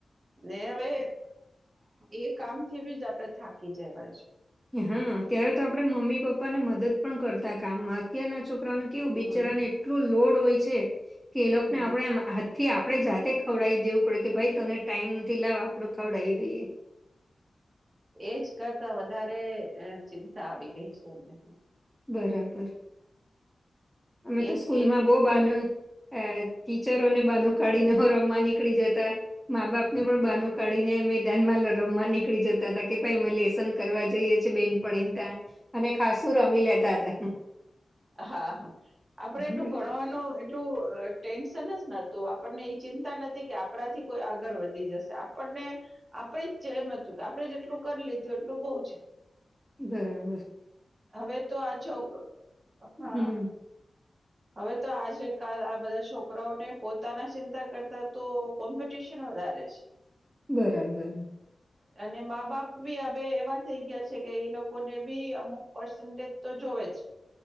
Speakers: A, on the right; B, in the centre.
A: ને હવે એ કામથીજ આપડે થાકી જવાય છે.
B: હા, ત્યારે તો આપણે મમ્મી પાપાને મદદ પણ કરતા, કામમાં અત્યારના છોકરા. કેવું બિચરાને
A: હમ
B: એટલું લોડ હોય છે કે, એ લોકોને
A: હમ.
B: આપણે થી આપડે જાતે ખવડાવી દેવું પડે કે, ભાઈ તને ટાઈમ નથી લાવું, આપડું ખવડાવી દઈએ.
A: એ જ કરતા વધારે ચિંતા આવી ગઈ છે એમને.
B: બરાબર, અમે તો
A: એક
B: સ્કૂલમાં
A: એક
B: બહુ બાનું ટીચરોને બાનું કાઢીને, હો રમવા નીકળી જતા. મા-બાપ ને પણ બાનું કાઢીને અ મેદાનમાં રમવા નીકળી જતા હતા કે, ભાઈ અમે લેસન કરવા જઈએ છીએ, બેનપણીતા. અને ખાસું રમી લેતા હતા.
A: હા, હા આપડે એટલું
B: બર-
A: ભણવાનું. તો એટલું ટેન્શન જ નતું, આપણને ચિંતા નથી કે, આપણાથી કોઈ આગળ વધી જશે. પણને આપણે જ જે એમ હતું કે, આપણે જેટલું કરી લીધું, એટલું બઉ છે.
B: બરાબર.
A: હવે તો આ છોક હા.
B: હમ
A: હવે તો આજે કાલે, આ બધા છોકરાઓને પોતાના ચિંતા કરતા તો કોમ્પિટિશન વધારે છે. <unintelligible>
B: બરાબર.
A: હ. અને મા-બાપ બી હવે એવા થઈ ગયા છે કે, એ લોકોને બી અમુક પર્સન્ટેજ તો જોવે જ.